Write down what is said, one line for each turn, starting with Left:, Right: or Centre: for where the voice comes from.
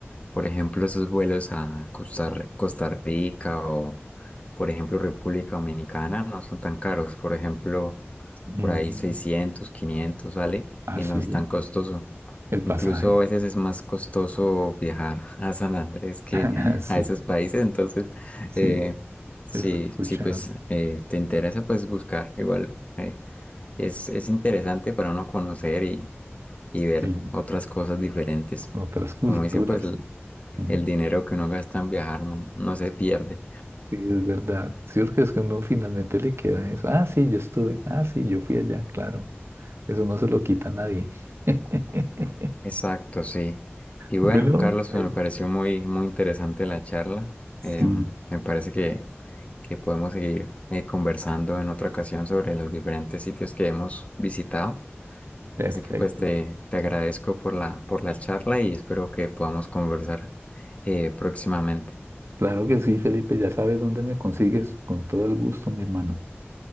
Left: por ejemplo, esos vuelos a Costa, Ri- Costa Rica o, por ejemplo, República Dominicana no son tan caros, por ejemplo,
Right: Mm.
Left: por ahí 600, 500, sale
Right: Ah,
Left: y
Right: sí,
Left: no es tan costoso.
Right: el pasaje.
Left: Incluso a veces es más costoso viajar <laughs> a San Andrés que
Right: <laughs> Sí,
Left: a esos países, entonces,
Right: sí,
Left: eh, sí,
Right: eso escuchan.
Left: sí, pues eh, te interesa, pues buscar igual. eh, es, es interesante para uno conocer y, y ver
Right: Sí.
Left: otras cosas diferentes.
Right: otras culturas.
Left: Como dicen, pues l-
Right: Mm,
Left: el dinero que uno gasta en viajar no, no se pierde.
Right: Sí, es verdad. Sí, porque es que uno finalmente le queda eso. Ah, sí, yo estuve. Ah, sí, yo fui allá, claro. Eso no se lo quita a nadie. <laughs>
Left: Exacto, sí. Y bueno,
Right: Bueno,
Left: Carlos,
Right: eh,
Left: pues me pareció muy, muy interesante la charla.
Right: sí,
Left: Em, me parece que, que podemos seguir eh, conversando en otra ocasión sobre los diferentes sitios que hemos visitado.
Right: perfecto.
Left: Así que pues te, te agradezco por la, por la charla y espero que podamos conversar eh, próximamente.
Right: Claro que sí, Felipe, ya sabes dónde me consigues. Con todo el gusto, mi hermano.